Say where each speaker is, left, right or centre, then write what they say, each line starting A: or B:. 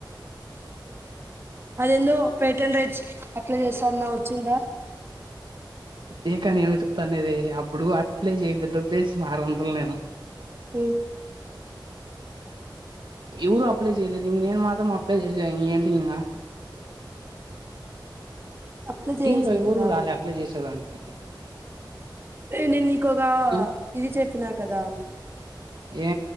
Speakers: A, on the right (about 30°); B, on the right (about 70°).
A: అద ఎందో పేటెంట్ రైట్స్ అప్లై చేస్తారన్న వచ్చిందా
B: అదేక నేను చెప్తానేది అప్పుడు అప్లై చేయలేదు దోబ్బేసి మారు వందలు నేను
A: ఉ
B: ఇవరు అప్లై చేయలే నేను మాత్రం అప్లై <unintelligible> ఏంటిగింగ
A: అప్లై చేయాల్సింటిరా
B: టీం లో ఎవరు రాలే అప్లై చేసేదానికి
A: నేను నీకొగా
B: నేను
A: ఇది చెప్పినా కదా
B: ఏ